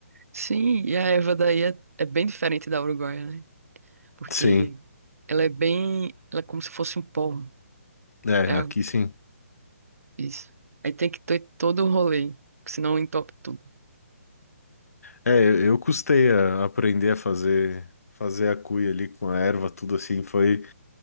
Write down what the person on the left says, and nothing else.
Sim,
é,
aqui sim.
É, eu eu custei a aprender a fazer fazer a cuia ali com a erva, tudo assim, foi